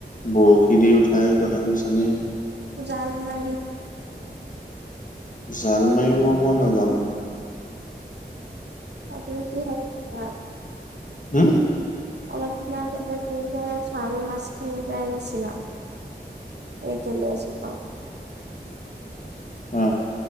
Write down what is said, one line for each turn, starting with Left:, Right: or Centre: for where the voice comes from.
Left: বৰশী দি উঠাৰ কথা কৈছানে
Right: জাল মাৰি।
Left: জাল মাৰিব মই নাজানো।
Right: তা তুমি কিহেৰে ধৰা।
Left: হু?
Right: অলপ দিনা আগতে যে ছামী মাছখিনি যে আনিছিলা। এই তেলি আছোঁ ক'ক।
Left: উম।